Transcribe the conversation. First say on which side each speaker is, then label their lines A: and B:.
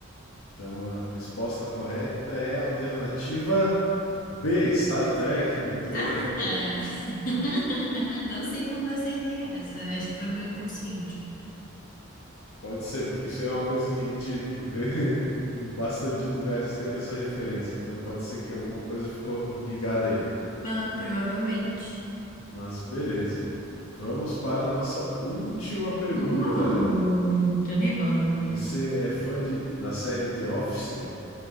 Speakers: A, on the left (about 85°); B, on the left (about 40°).
A: Então a resposta correta é a alternativa B, Star Trek. Muito bem.
B: Ah! <laughs> Não sei como eu acertei essa. Acho que foi meu inconsciente.
A: Pode ser, porque isso é uma coisa que a gente vê <laughs> bastante lugares tendo essa referência. Então pode ser que alguma coisa ficou ligada aí.
B: Ah, provavelmente.
A: Mas beleza. Vamos para a nossa última pergunta.
B: Uh, tô nervosa agora.
A: Você é fã de, da série The Office?